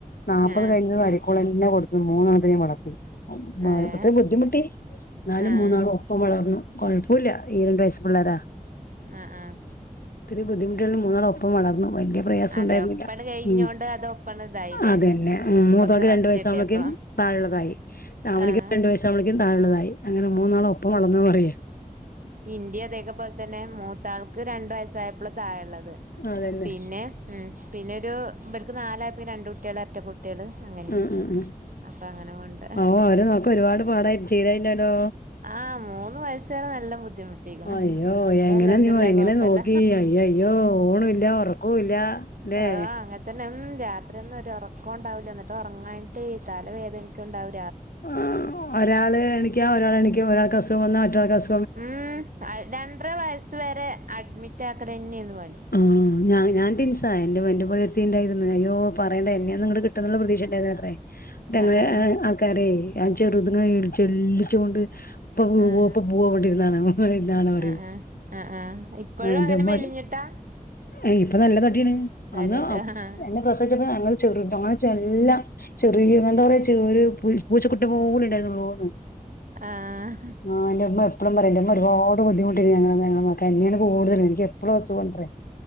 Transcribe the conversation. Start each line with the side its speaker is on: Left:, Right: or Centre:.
Left: നാല്പ്പത്
Right: ആഹ്
Left: കഴിഞ്ഞതും <unintelligible> കൊടുക്കുന്നു മൂന്നെണ്ണത്തിനെയും വളർത്തി <unintelligible>
Right: ഏഹ്
Left: ബുദ്ധിമുട്ടി എന്നാലും
Right: ആഹ്
Left: മൂന്നാളും ഒപ്പം വളർന്നു കൊഴപ്പോല്ല ഈ രണ്ട് വയസ്സ് പിള്ളേരാ
Right: ആഹ് ആഹ്
Left: ഒത്തിരി ബുദ്ധിമുട്ടുകളിലും മൂന്നാളും ഒപ്പം വളർന്നു വല്യ പ്രയാസൊണ്ടായിരുന്നില്ല
Right: അതെ ഒപ്പണ് കഴിഞ്ഞോണ്ട്
Left: ഉം
Right: അത് ഒപ്പണ് ഇതായില്ലേ
Left: അതെന്നെ മൂത്തോൾക്ക്
Right: കൊറച്ച് റസ്റ്റ്
Left: രണ്ട് വയസ്സ്
Right: കിട്ടിയപ്പോ
Left: ആവുമ്പോക്ക് താഴെള്ളതായി അവനിക്ക്
Right: ആഹ്
Left: രണ്ട് വയസ്സായ പോയെക്കും തായെള്ളതായി അങ്ങനെ മൂന്നാളും ഒപ്പം വളർന്നു പറയ
Right: ഇൻ്റെം അതേക്ക പോലെ തന്നെ മൂത്താൾക്ക് രണ്ടു വയസ് <unintelligible> തായള്ളത്
Left: അതന്നെ
Right: പിന്നെ ഉം പിന്നെ ഒരു ബല്ക്ക് നാലായപ്പെക്കിന് രണ്ട് കുട്യാൾ എരട്ടകുട്യാ ട്യാള് അങ്ങനെയ
Left: ഉം ഉം ഉം
Right: അപ്പൊ അങ്ങനെ വേണ്ട
Left: ഓ അവരെ നോക്കാൻ ഒരുപാട് പാടായി ചെയ്തായിണ്ടാലോ
Right: ആഹ് മൂന്ന് വയസ്സുവരെ നല്ലം ബുദ്ധിമു ബുദ്ധിമുട്ടീക്കണ്
Left: അയ്യോ
Right: ഇപ്പൽഹമ്ദുലില്ലാ
Left: എങ്ങനെ നീ എങ്ങനെ
Right: കൊഴപ്പല്ല
Left: നോക്കി അയ്യ അയ്യോ ഊണും ഇല്ല ഉറക്കവും ഇല്ല ല്ലേ
Right: ആ അങ്ങത്തെ ഉം രാത്രിയൊന്നും ഒരോറക്കോണ്ടാവൂല്ല എന്നിട്ട് ഉറങ്ങാനിട്ടെ തലവേദനക്ക്ണ്ടാവു
Left: ആ ഒരാൾ എണിക്ക ഒരാൾ എണിക്ക ഒരാൾക്ക് അസുഖം വന്നാ മറ്റാൾക്കസു
Right: ഉം രണ്ടര വയസ്സ് വരെ അഡ്മിറ്റാക്കലെന്നെയ്ന്നു പണി
Left: ആ ഞാഞാൻ ടിൻസാ എന്റെമ്മൊ എൻ്റപ്പം ഒരുത്തിണ്ടായിരുന്നു അയ്യോ പറയേണ്ട എന്നെയോന്നങ്ങട് കിട്ടുന്നുള്ള പ്രതീക്ഷണ്ടായിരുന്നില്ലത്രേ ട്ടങ്ങനെ
Right: ആഹ് ആഹ്
Left: ആൾക്കാരെ ഞൻ ചെറുതുങ്ങിനെചെള്ളിച്ചൊണ്ട് ഇപ്പൊ പോവോ
Right: ആഹ്
Left: പ്പപോവോ <unintelligible> ടിരുന്നാണ് ഇവിടിരുന്നാണ് പറയും
Right: ആഹ് ആഹ് ആഹ് ആഹ് ഇപ്പഴും
Left: എൻ്റെമ്മ
Right: അങ്ങനെ മെലിഞ്ഞിട്ടാ
Left: ഏ ഇപ്പൊ നല്ലതടി യാണ്
Right: തടിണ്ട്
Left: അന്ന് അ
Right: ആഹ്
Left: എന്നെ പ്രസവിച്ചപ്പോ ഞങ്ങൾ ചെറുതാ അങ്ങനെല്ലാം ചെറിയ എന്താ പറിയ ചെ ഒരു പൂച്ചക്കുട്ടിനെ പോലെ ഉണ്ടായിരുന്നുള്ളൂന്ന്
Right: ആഹ്
Left: ആ ൻ്റെമ്മ എപ്പളും പറയും ൻ്റെ ഒരുപാട് ബുദ്ധിമുട്ടി ഞങ്ങള് ഞങ്ങളെ നോക്കാൻ എന്നെയാണ് കൂടുതലും എനിക്ക് എപ്പോഴും അസുഖാണത്രേ